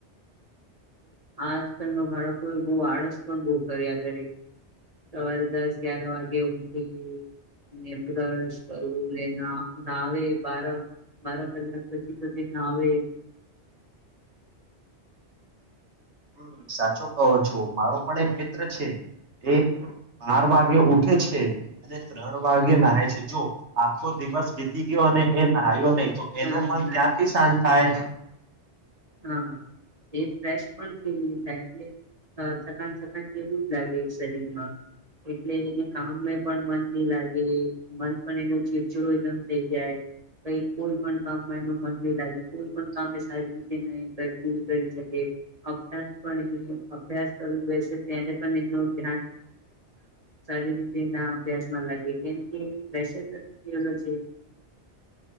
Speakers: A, on the right; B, on the right.
A: આજકાલ ન બાળકોએ બહ આળસ પણ બહુ કર્યા કર સવારે દસ ગ્યાર વાગે ઉઠી બ્રશ કરવું નાાવે બાર બાર કલાક પછી તો તે નાાવે
B: હમ સાચો કહો છો મારો પણ એક મિત્ર છે એ બાર વાગે ઉઠે છે અને ત્રણ. વાગે નાાય છે જો. આખો દિવસ જીતી ગયો અને એ ના્યો નહી. તો
A: હા
B: એનું મન
A: ના
B: ક્યાંથી
A: હ
B: શાંત થાય
A: હા એ ફ. પણ નહી થાય એટલે થકાન થકાન જેવું જ લાગે શરીર માં એટલે એને કામને પણ મન નહી લાગે મન પણ એનો ચીડચીડો એકદમ થઈ જાય કઈક. કોઈ પણ કામમાં એનું મન નહી લાગે કોઈ પણ કામ સારી રીતે નહી કરી શકે અભ્યાસ પણ એ અભ્યાસ કરવું બેસે તેને પણ એનું ધ્યાન સારી રીતે ના અભ્યાસમાં લાગે કેમકે પ્રેશર નથી થલો છે.